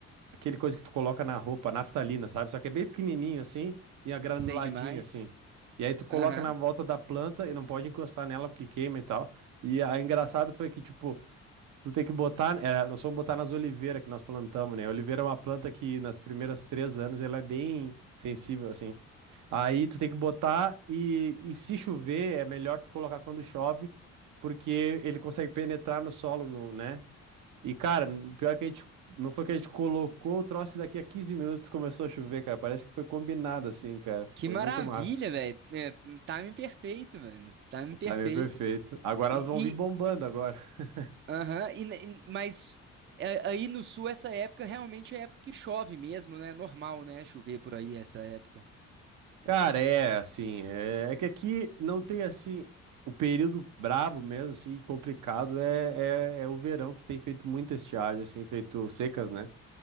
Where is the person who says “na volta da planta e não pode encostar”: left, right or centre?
Right